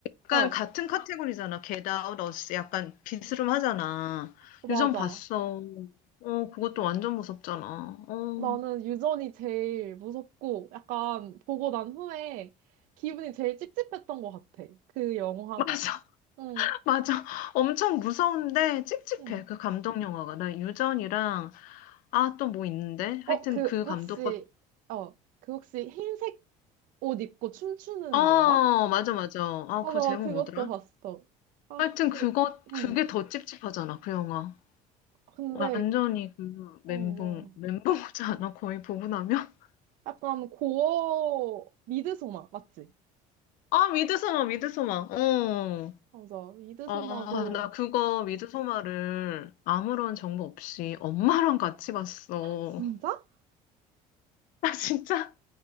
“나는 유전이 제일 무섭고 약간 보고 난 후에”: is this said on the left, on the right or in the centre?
Right